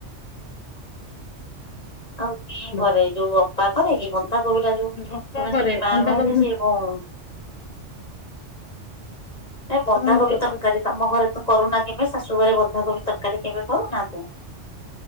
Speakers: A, on the left; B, on the left.
A: ଆଉ କିଏ
B: ହୁଁ
A: କରେ ଯୋଉ ଅପା କରେ କି ବ ନ୍ଧା କୋବି ଟା ଯୋଉ ତୁ
B: ଅପା
A: କେମିତି
B: କରେ
A: କି ମା
B: ବନ୍ଧାକୋବି
A: କହିଲେ ସେ ବୋଉ ଏଟା ବନ୍ଧାକୋବି
B: ମୋ ବୋଉ
A: ତରକାରୀ।
B: କରେ।
A: ତମ ଘରେ ତୁ କରୁନା କେବେ ଶାଶୁ ଘରେ ବନ୍ଧାକୋବି ତରକାରୀ କେବେ କରୁନା ତୁ।